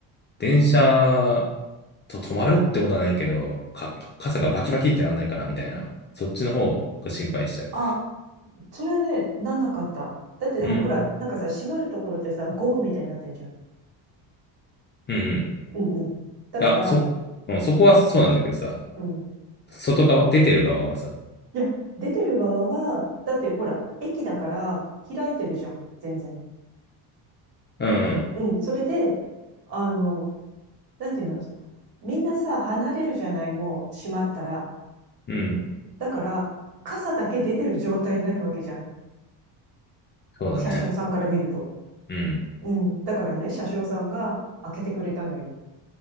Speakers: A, on the left; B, on the right.
A: 電車、と、止まるってことはないけど、か、傘がバキバキってなんないかなみたいな。そっちの方が心配しちゃう。
B: あ、それはね、なんなかった。だってなんかほら、
A: うん。
B: なんかさ、閉まるところってさ、ゴムみたいになってんじゃん。
A: うんうん。い
B: うんうん。だから、
A: や、そ、うんあそうんそこはそうなんだけどさ、
B: うん。
A: 外側、出てる側がさ。
B: いや、出てる側は、だってほら、駅だから開いてるじゃん。全然。
A: うん
B: うん。それで、あの、なんていうの、みんなさ、離れるじゃない、もう閉まったら。
A: うん。うん。
B: だから、傘だけ出てる状態になるわけじゃん。
A: そうだね。
B: 車掌さんから見ると。
A: うん。
B: うん。だからね、車掌さんが開けてくれたのよ。